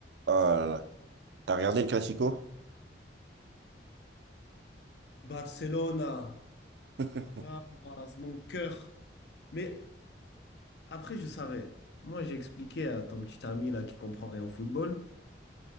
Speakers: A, on the right (about 75°); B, on the left (about 70°).
A: Ah là là. T'as regardé le Classico?
B: Barcelona,
A: <laughs>
B: ah, ah, c'est mon cœur. Mais après, je savais. Moi, j'ai expliqué à ton petit ami là qui comprend rien au football